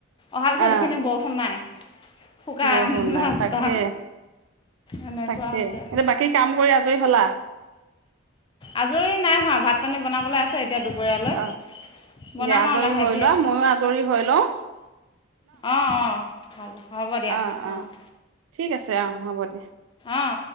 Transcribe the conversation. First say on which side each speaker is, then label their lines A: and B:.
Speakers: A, on the left; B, on the right.
A: অহাৰ পিছত
B: আহ
A: এইখিনি বৰষুণ নাই। সুকান
B: বৰষুণ নাই
A: ৰাস্তা।
B: তাকে
A: এনেকুৱা
B: তাকে
A: হৈছে।
B: এতিয়া বাকী কাম কৰি আজৰি হলা
A: আজৰি নাই হোৱা ভাত পানী বনাবলৈ আছে এতিয়া দুপৰীয়ালৈ
B: অ
A: বনাম
B: দিয়া আজৰি
A: আৰু লাহে
B: হৈ
A: ধীৰে
B: লোৱা ময়ো আজৰি হৈ লও
A: অঁ অঁ হ'ব হ'ব দিয়া
B: অ অ
A: অঁ-
B: ঠিক আছে আহ হ'ব দিয়া।
A: অঁ